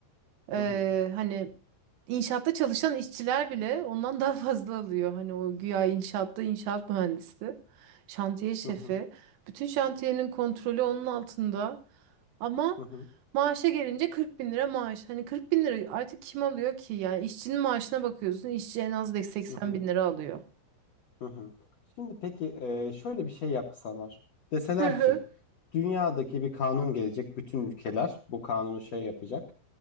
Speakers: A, on the right (about 80°); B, on the left (about 75°).
A: Ee,
B: Hı hı.
A: hani inşaatta çalışan işçiler bile ondan daha fazla alıyor. Hani o güya inşaatta inşaat mühendisi, şantiye şefi.
B: Hı hı.
A: Bütün şantiyenin kontrolü onun altında. Ama
B: Hı hı.
A: maaşa gelince 40 bin lira maaş. Hani 40 bin lira artık kim alıyor ki? Yani işçinin maaşına bakıyorsun. işçi en az da 80
B: Hı hı.
A: bin lira alıyor.
B: Hı hı. Şimdi peki e, şöyle bir şey yapsalar. Deseler
A: Hı hı.
B: ki dünyadaki bir kanun gelecek bütün ülkeler bu kanunu şey yapacak.